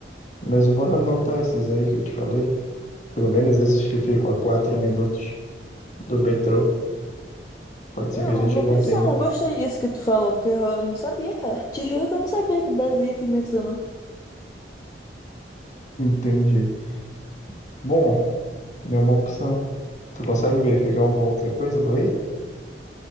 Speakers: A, on the left; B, on the left.
A: Mas bora anotar esses aí que eu te falei. Pelo menos esses que ficam a quatro minutos do metrô. Pode
B: É
A: ser que
B: uma
A: a gente
B: boa
A: não
B: opção,
A: tenha.
B: gostei disso que tu falou, porque eu não sabia, cara. Te juro que eu não sabia que Brasília tem metrô, não.
A: Entendi. Bom, é uma opção. Tu consegue verificar uma outra coisa por aí?